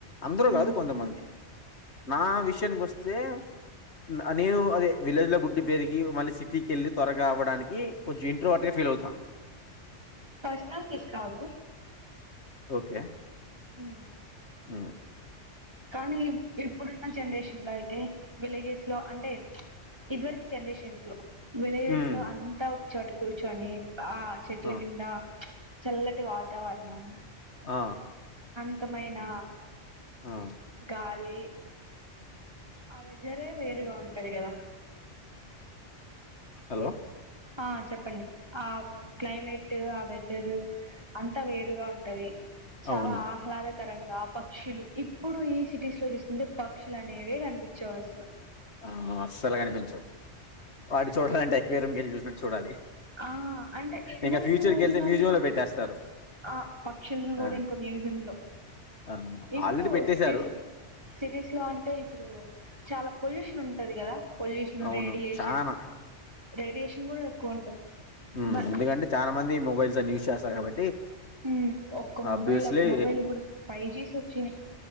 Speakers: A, on the left; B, on the right.
A: అందరూ
B: ఉమ్
A: గాదు కొంతమంది. నా విషయంగొస్తే నా నేను అదే విలేజ్ లో బుడ్ పెరిగి మళ్ళి సిటీకెళ్ళి త్వరగా అవ్వడానికి కొంచు ఇంట్రోవట్ గ ఫీల్ అవుతా.
B: పర్సనల్ తీస్కురావద్దు
A: ఓకె
B: ఊ
A: ఊ
B: కానీ ఈ ఇప్పుడున్న జన్రేషన్ లో అయితే విలేజెస్లో అంటే ఇది వరకు జనరేషన్స్ లో విలిజేస్
A: హ్మ్.
B: లో అంతా ఒక చోట కూర్చోనీ ఆ చెట్ల
A: ఆ!
B: కింద చల్లటి వాతావరణం
A: ఆ
B: ఉత్తమైన
A: ఆ!
B: గాలి ఆ వెదరే వేరుగా ఉంటది గదా
A: హలో
B: ఆ చెప్పండి ఆ క్లైమేట్ ఆ వెదరు అంత వేరుగా ఉంటది, చాలా
A: అవును.
B: ఆహ్లాదకరంగా. పక్షులు, ఇప్పుడు ఈ సిటీస్ లో చూసుకుంటే పక్షులనేవే కనిపపించవు అసలు.
A: ఆ అస్సలు కనిపించవ్ వాటి చూడాలంటే ఎక్వేరియం కెళ్ళి చూసినట్టు చూడాలి.
B: ఆ అంటే ఇది
A: ఇంకా
B: వరకి
A: ఫ్యూచర్‌కెళ్తే
B: రోజుల్లోండి
A: మ్యూజియంలో పెట్టేస్తారు.
B: ఆ పక్షుల్ని గూడా
A: ఆ!
B: ఇంక మ్యూజియం లో
A: ఆ!
B: ఇప్పుడు
A: ఆల్రెడీ పెట్టేశారు.
B: సిటీస్ సిటీస్లో అంటే ఇప్పుడు చాల పొల్యూషన్ ఉంటది గదా పొల్యూషనూ,
A: అవును.
B: రేడియేషన్,
A: చానా,
B: రేడియేషన్ గూడా ఎక్కువ ఉంటది.
A: ఊ
B: మ
A: ఎందుకంటే చాలా మంది మొబైల్స్ అని యూజ్ చేస్తారు కాబట్టి.
B: ఊ ఒక్క మొబైల్
A: ఆబ్వియస్‌లీ
B: మొబైల్ ఇప్పుడు ఫైవ్ జీస్ ఒచ్చినయ్.